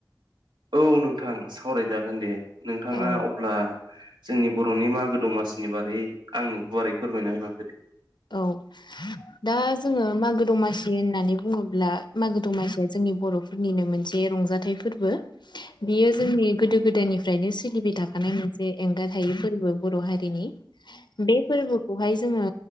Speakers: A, on the right; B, on the left.
A: औ नोंथां सावरायजागोन दे नोंथांङा
B: औ
A: अब्ला जोंनि बर'नि मागो दमासिनि बारै आंनो गुवारै फोरमायना होलांदो दे
B: औ दा जोंङो मागो दमासि होननानै बुङोब्ला मागो दमासिया जोंनि <unintelligible> बर'फोरनिनो मोनसे रंजाथाइ फोरबो बियो जोंनि गोदो गोदायनिफ्रायनो सोलिबाय थानाय <unintelligible> मोनसे एंगारहायै फोरबो बर' हारिनि बे फोरबोखौहाय जोङो